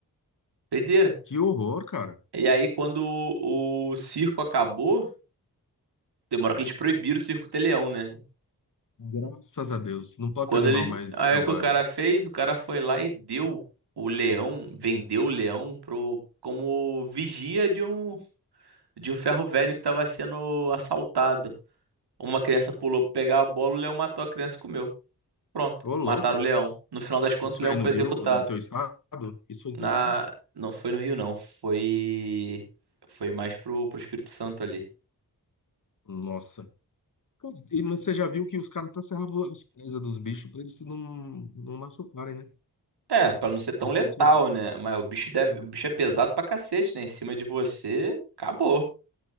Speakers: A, on the right (about 80°); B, on the left (about 50°).
A: Doideira.
B: Que horror, cara.
A: E aí, quando o, o circo acabou, demora que eles proibiram o circo ter leão, né?
B: Graças a Deus. Não pode
A: Quando
B: ter animal
A: eles.
B: mais
A: Aí
B: selvagem.
A: o que o cara fez? O cara foi lá e deu o leão, vendeu o leão pro, como vigia de um, de um ferro velho que tava sendo assaltado. Uma criança pulou pra pegar a bola, o leão matou a criança e comeu. Pronto,
B: Ô, louco.
A: mataram o leão. No final das contas,
B: Isso
A: o leão
B: aí
A: foi
B: no Rio,
A: executado.
B: no teu estado? Isso aí no
A: Na...
B: teu estado?
A: Não foi no Rio, não. Foi. Foi mais pro, pro Espírito Santo ali.
B: Nossa. E, mas você já viu que os caras até serravam as presas dos bichos pra eles não, não machucarem, né?
A: É, pra não ser tão
B: Não
A: letal,
B: sei se você.
A: né? Mas o bicho deve.
B: é.
A: O bicho é pesado pra cacete, né? Em cima de você, acabou.